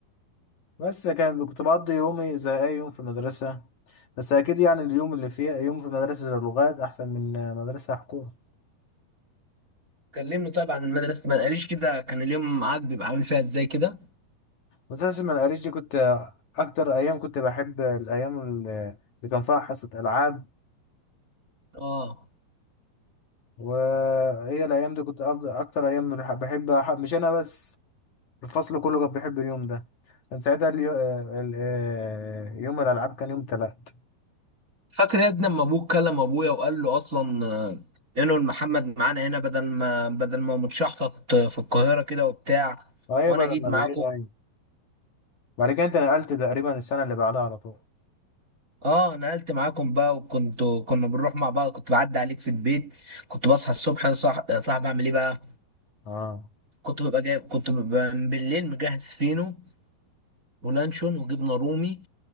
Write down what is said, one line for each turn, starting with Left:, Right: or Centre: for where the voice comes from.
Left: بس كان كنت بقضي يومي زي أي يوم في المدرسة بس أكيد يعني اليوم اللي فيه يوم في مدرسة اللغات أحسن من مدرسة حكومة
Right: كلمني طيب عن المدرسة ما قاليش كده كان اليوم معاك بيبقى عامل فيها ازاي كده
Left: مدرسة المدارس دي كنت أكتر أيام كنت بحب الأيام اللي اللي كان فيها حصة ألعاب
Right: اه
Left: وهي الأيام دي كنت أفضل أكتر أيام بح- بحب أح- مش أنا بس الفصل كله كان بيحب اليوم ده كان ساعتها اليو... ال- آه، يوم الألعاب كان يوم تلات
Right: فاكر يا ابني لما ابوك كلم ابويا وقال له اصلا آه، انه محمد معانا هنا بدل ما بدل ما متشحطط في القاهرة كده وبتاع
Left: أيوة
Right: وانا
Left: بعد
Right: جيت
Left: ما
Right: معاكم
Left: بعيد أيوة بعد كده أنت نقلت تقريبا السنة اللي بعدها على طول
Right: اه نقلت معاكم بقى وكنت كنا بنروح مع بعض كنت بعدي عليك في البيت كنت بصحى الصبح صح صاحب اعمل ايه بقى
Left: أه
Right: كنت ببقى جايب كنت ببقى بالليل مجهز فينو ولانشون وجبنه رومي